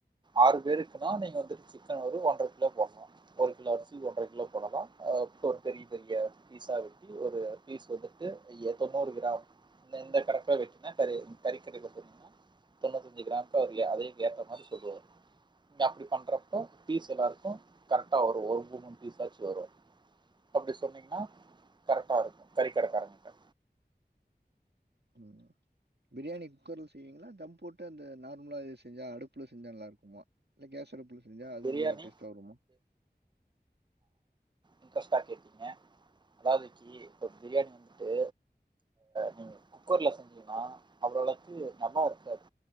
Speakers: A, on the right (about 25°); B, on the right (about 75°).
A: ஆறு பேருக்குன்னா நீங்க வந்துட்டு சிக்கன் ஒரு ஒன்ரைகிலோ போட்ணு ஒரு கிலோ அரிசிக்கு ஒன்ரை கிலோ போட்டாதா ஆ இப்ப பெரிய பெரிய பீஸா வெட்டி ஒரு பீஸ் வந்துட்டு எத்தனோர் கிராம் இந்த இந்த கணக்கா வெட்டுனா கறி கறிக்கடையில போனீனா தொண்ணூத்தஞ்சு கிராமக்கு அவரு அத ஏத்த மாறி சொல்லுவாரு நீங்க அப்டி பண்றப்போ பீஸ் எல்லாருக்கு கரெக்டா வரும் ஒரு மூன் மூனு பீஸ்சாச்சு வரும் அப்டி சொன்னீங்கன்னா கரெக்டா இருக்கும் கறி கடைக்காரன்கிட்ட
B: ம் பிரியாணி குக்கர்ல செய்வீங்களா தம் போட்டு அந்த நார்மலா செஞ்சா அடுப்புல செஞ்சா நல்லா இருக்குமா இல்ல கேஸ் அடுப்புல செஞ்சா அது
A: பிரியாணி
B: நல்லா டேஸ்ட்டா வருமா
A: இன்ட்ரெஸ்டா கேட்டீங்க அதாவது கி இப்ப பிரியாணி வந்துட்டு நீங்க குக்கர்ல செஞ்சீனா அவ்ளோளக்கு நல்லா இருக்காது